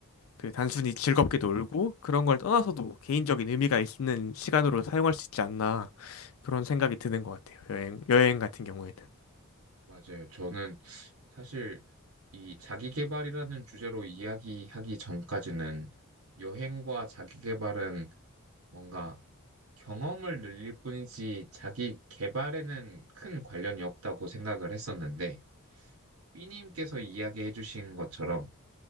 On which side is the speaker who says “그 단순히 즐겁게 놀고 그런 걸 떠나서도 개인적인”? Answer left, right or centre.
Left